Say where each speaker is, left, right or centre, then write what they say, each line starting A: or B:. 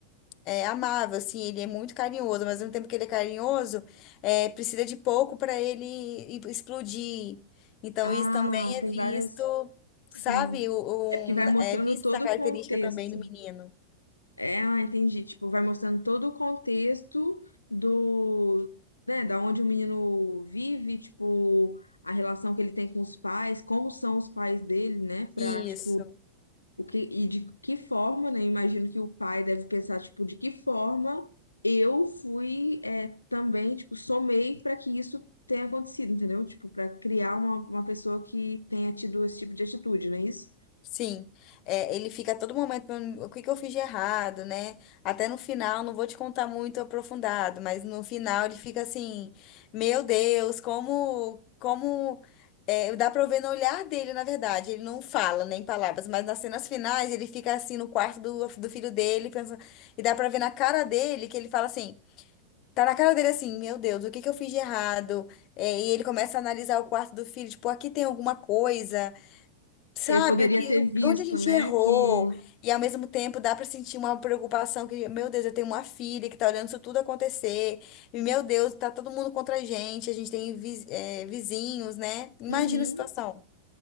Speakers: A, on the left; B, on the left.
A: é, amável, assim, ele é muito carinhoso, mas ao mesmo tempo que ele é carinhoso, é, precisa de pouco para ele i- explodir. Então
B: Ah,
A: isso também é
B: tem
A: visto,
B: várias, sim.
A: sabe? O,
B: É porque vai
A: o-
B: mostrando
A: é vista
B: todo
A: essa característica
B: o contexto.
A: também do menino.
B: É, ah, entendi. Tipo, vai mostrando todo o contexto do, né, da onde o menino vive, tipo, a relação que ele tem com os pais, como são os pais dele, né, pra,
A: Isso.
B: tipo, o que, e de que forma, né, eu imagino que o pai deve pensar, tipo, de que forma eu fui, é, também, tipo, somei pra que isso tenha acontecido, entendeu? Tipo, pra criar uma, uma pessoa que tenha tido esse tipo de atitude, não é isso?
A: Sim, é, ele fica a todo momento, perguntando, o que que eu fiz de errado, né? Até no final, não vou te contar muito aprofundado, mas no final ele fica assim, meu Deus, como, como, é, dá pra eu ver no olhar dele, na verdade, ele não fala nem palavras, mas nas cenas finais ele fica assim no quarto do, do filho dele, pensando, e dá pra ver na cara dele que ele fala assim, tá na cara dele assim, meu Deus, o que que eu fiz de errado? É, e ele começa a analisar o quarto do filho, tipo, aqui tem alguma coisa. Sabe,
B: Que ele poderia
A: o que,
B: ter visto,
A: onde a gente
B: né,
A: errou,
B: que...
A: e ao mesmo tempo dá para sentir uma preocupação que, meu Deus, eu tenho uma filha que tá olhando isso tudo acontecer, e meu Deus, tá todo mundo contra a gente, a gente tem vi- eh, vizinhos, né? Imagina
B: Uhum.
A: a situação.